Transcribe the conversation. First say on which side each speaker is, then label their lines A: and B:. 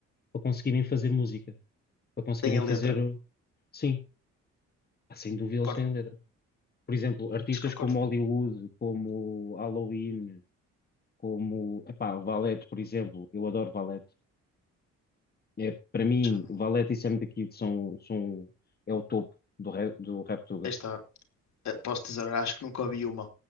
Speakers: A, on the left; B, on the left.
A: para conseguirem fazer música, para conseguirem
B: tem a
A: fazer.
B: letra.
A: Sim, pá, sem dúvida
B: Concordo,
A: eles têm a letra. Por exemplo, artistas
B: se concordo.
A: como Hollywood, como Halloween, como. Epá, Valete, por exemplo. Eu adoro Valete. É, para mim,
B: Já não...
A: Valete e Sam daqui são, são, é o topo do, rap, do Raptuga.
B: Aí está, Eh, posso dizer, acho que nunca ouvi uma